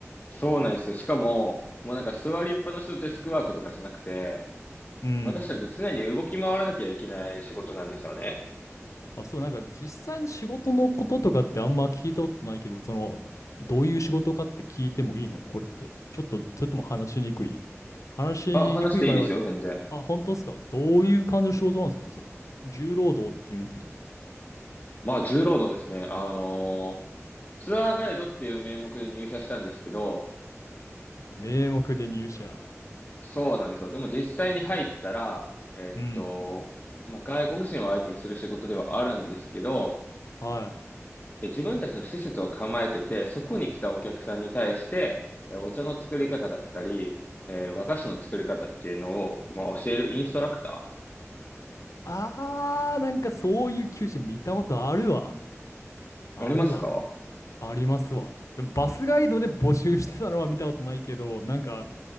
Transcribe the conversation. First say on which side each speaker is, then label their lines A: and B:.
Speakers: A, on the left (about 35°); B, on the left (about 80°).
A: そうなんですよ。しかも、もうなんか座りっぱなしのデスクワークとかじゃなくて、
B: うん。
A: 私たち常に動き回らなきゃいけない仕事なんですよね。
B: あ、そう、なんか実際の仕事のこととかってあんま聞いたことないけど、その、どういう仕事かって聞いてもいいのこれって。ちょっと、それとも話しにくい話しにくい場合は、
A: あ、話していいですよ、全然。
B: あ、本当ですかどういう感じの仕事なんですかそしたら。重労働って言うんですけど、
A: まあ、重労働ですね。あのーツアーガイドっていう名目で入社したんですけど、
B: 名目で入社。
A: そうなんですよ。でも実際に入ったら、えっと、
B: うん。
A: まあ、外国人を相手にする仕事ではあるんですけど、
B: はい。
A: え自分たちの施設を構えてて、そこに来たお客さんに対して、えお茶の作り方だったり、えー和菓子の作り方っていうのを、まあ、教えるインストラクタ
B: あー、なんかそういう求人見たことあるわ。あるわ。
A: ー。ありますか
B: ありますわ。でもバスガイドで募集してたのは見たことないけど、なんか、